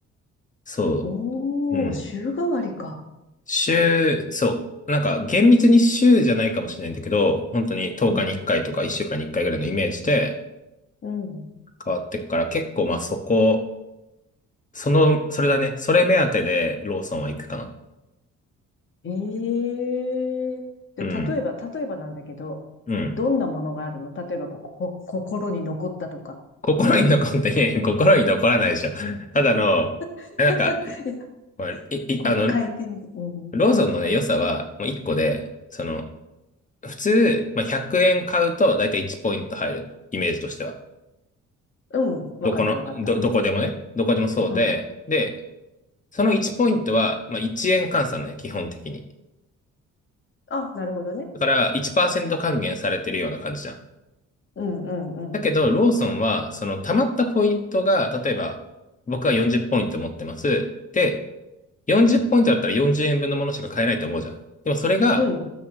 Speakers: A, on the left (about 25°); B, on the left (about 40°).
A: そ
B: おー、
A: う、うん。
B: 週替わりか。
A: 週、そう。なんか厳密に週じゃないかもしれないんだけど、本当に10日に1回とか1週間に1回ぐらいのイメージで
B: うん。うん。
A: 変わってくから、結構まあそこ、その、それだね。それ目当てでローソンは行くかな。
B: ええで、
A: うん。
B: 例えば、例えばなんだけど、
A: うん。
B: どんなものがあるの例えばここ、こ心に残ったとか、
A: 心に残って、
B: これ、
A: いやいや心に残らないでしょ。ただの、
B: <laughs>
A: なんか、
B: いや、
A: まあい、い、
B: これ変えてみ、
A: あの、
B: うん。
A: ローソンのね、良さはもう1個で、その、普通、まあ、100円買うとだいたい1ポイント入る、イメージとしては。
B: うん。わかったわかった。
A: どこの、ど、どこでもね、どこでもそうで、
B: うん。
A: で、その1ポイントは、まあ、1円換算ね、基本的に。
B: あ、なるほどね。
A: だから1%還元されてるような感じじゃん。
B: うんうんうん。
A: だけど、ローソンは、その溜まったポイントが、例えば、僕は40ポイント持ってます。で、40ポイントだったら40円分のものしか買えないと思うじゃん。でもそれが、
B: うん。